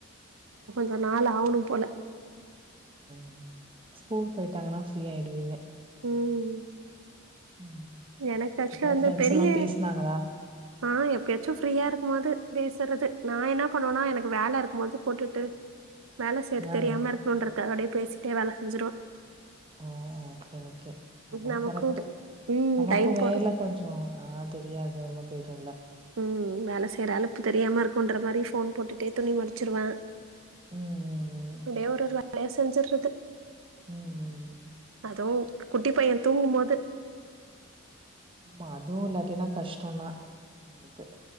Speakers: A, on the right; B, on the right.
A: ச நாள் ஆவுணு போல
B: ம் ஸ்கூல் போயிட்டாங்கனா ஃப்ரீயாயிடுவீங்க
A: ம்
B: ம்
A: எனக்கு ஆக்சுலா
B: அப்றோ
A: வந்து
B: ஃப்ரெண்ட்ஸ்
A: பெரிய
B: எல்லா பேசுனாங்களா?
A: ஆ எப்பயாச்சு ஃப்ரீயா இருக்கும் போது பேசுறது நா என்ன பண்ணுவேனா எனக்கு வேல இருக்கும் போது போட்டுட்டு வேல செய்யறது
B: ஆ
A: தெரியாம இருக்கணுன்றது க்காக அப்டியே பேசிட்டே வேல செஞ்சிருவ
B: ஓ ஓகே ஓகே அதா
A: நமக்கு
B: கரெக்ட்டு
A: ம்
B: நமக்கு
A: டைம் போற
B: வேல கொஞ்சோ ஆ தெரியாது உள்ள போயிருவோ ல்ல
A: ம் வேல செய்ற அலுப்பு தெரியாம இருக்குன்ற மாரி ஃபோன் போட்டுட்டே துணி மடிச்சிருவே
B: ம் ம் ம்
A: அப்டியே
B: ம். ஓகே
A: ஒரு ஒரு வேலயா செஞ்சுர்றது
B: ம் ம்
A: அதுவு குட்டிப் பைய தூங்கும்போது
B: ஆமா அதுவு இல்லாட்டினா கஷ்டோந்தா உங்களுக்கு